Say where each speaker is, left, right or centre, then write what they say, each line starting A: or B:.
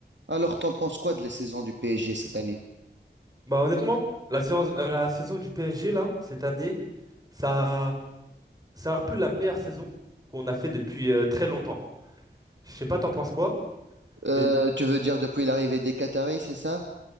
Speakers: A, on the right (about 80°); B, on the right (about 20°).
A: Alors, t'en penses quoi de la saison du PSG cette année?
B: Bah honnêtement, la séance, euh, la saison du PSG là, cette année, ça, c'est un peu la meilleure saison qu'on a fait depuis euh, très longtemps. Je sais pas, t'en penses quoi?
A: Euh,
B: Mais
A: tu veux dire depuis l'arrivée des Qataris, c'est ça?